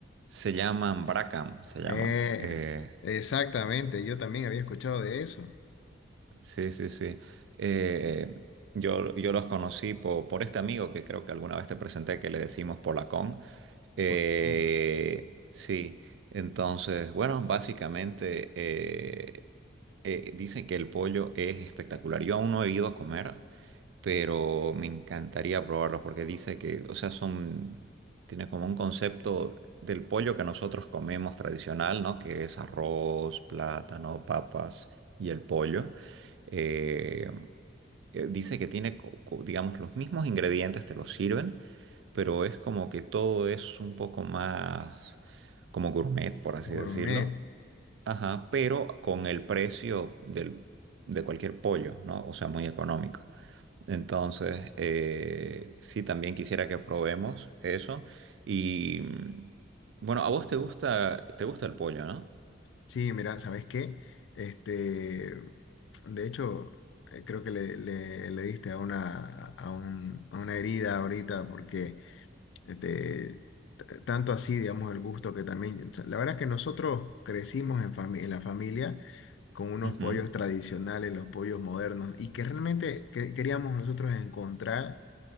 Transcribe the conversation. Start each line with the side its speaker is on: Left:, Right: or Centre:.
Right: se llaman Bracam, se llaman.
Left: Eh,
Right: eh,
Left: exactamente, yo también había escuchado de eso.
Right: Sí, sí, sí. Eh, yo, yo los conocí po- por, este amigo que creo que alguna vez te presenté, que le decimos Polacón. Eh,
Left: Por con
Right: sí, entonces, bueno, básicamente eh, eh, dicen que el pollo es espectacular. Yo aún no he ido a comer, pero me encantaría probarlo porque dice que, o sea, son, tiene como un concepto del pollo que nosotros comemos tradicional, ¿no? Que es arroz, plátano, papas y el pollo. Eh, eh, dice que tiene, co- co- digamos, los mismos ingredientes, te los sirven, pero es como que todo es un poco más como gourmet, por así
Left: Gourmet.
Right: decirlo. Ajá, pero con el precio del, de cualquier pollo, ¿no? O sea, muy económico. Entonces, eh, sí, también quisiera que probemos eso. Y mm, bueno, a vos te gusta, te gusta el pollo, ¿no?
Left: Sí, mira, ¿sabes qué? Este, de hecho, eh, creo que le, le- le diste a una, a un- a una herida ahorita porque este, t- tanto así, digamos, el gusto que también, o sea, la verdad es que nosotros crecimos en, fami- en la familia con unos
Right: Ujú,
Left: pollos tradicionales, los pollos modernos, y que realmente que- queríamos nosotros encontrar